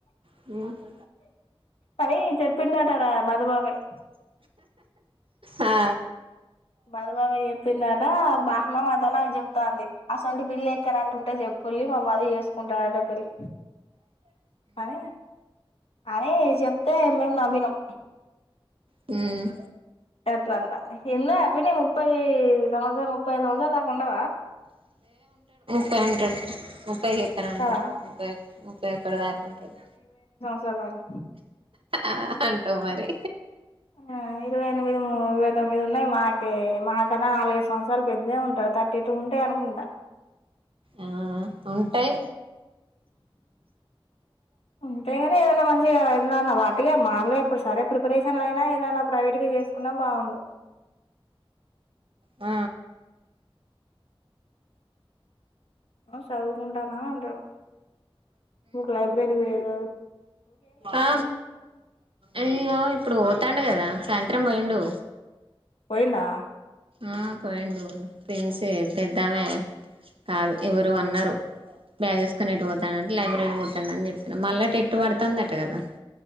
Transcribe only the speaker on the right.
హ్మ్
ఆ
హ్మ్
తేయిటన్ <unintelligible>
ఉంటాడు ముప్పై ఒక్కటి దాకా ఉంటారు
ఆ అంటావ్ మరి
ఆ ఉంటాయ్
ఆ
ఆ అయ్యో ఇప్పుడు పోతాండు కదా సాయంత్రం పోయిండు
ఆ పోయిండు ఫెండ్స్ పెద్దామే కాదు ఎవరు అన్నారు బ్యాగేసుకొని ఎటుపోతాడంటే లైబ్రరీకి పోతాండు అని చెప్పా మళ్ళా టెట్టు పడుతుందట కదా